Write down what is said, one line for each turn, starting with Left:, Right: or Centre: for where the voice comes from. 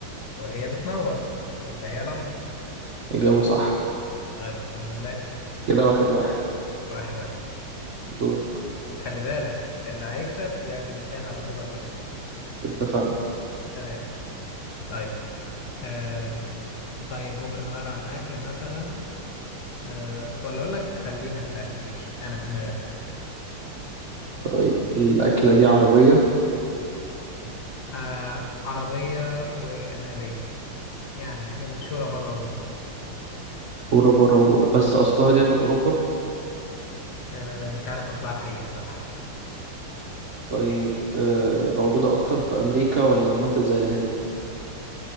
Left: وهي بتنور يبقى هي لمبة
Right: إجابة صح
Left: طيب الحمد لله
Right: كده واحد واحد
Left: واحد واحد
Right: دورك
Left: خلي بالك اللي هيكسب يعزم التاني على طبق كشري
Right: اتفقنا
Left: تمام طيب آه طيب ممكن نغير عن الأكل مثلا آه ولا أقول لك خلينا في الأكل ماشي أنا في دماغي أكل
Right: طيب الأكلة دي عربية
Left: آه عربية وأجنبية يعني في مشهورة بره وجوه
Right: ورا بره وجوه بس أصلها جاي من أوروبا
Left: آه مش عارف أصلها الحقيقة صراحة
Right: طيب آه، موجودة أكتر في أمريكا ولا مناطق زي الهند